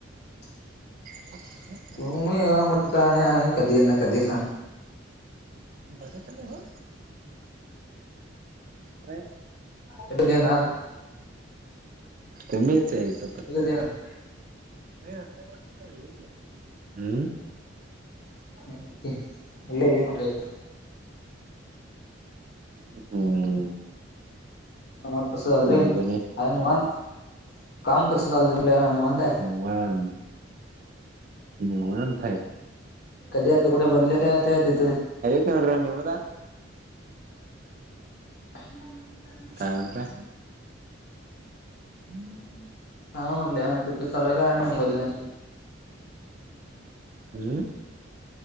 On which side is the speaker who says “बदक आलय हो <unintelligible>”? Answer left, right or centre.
Right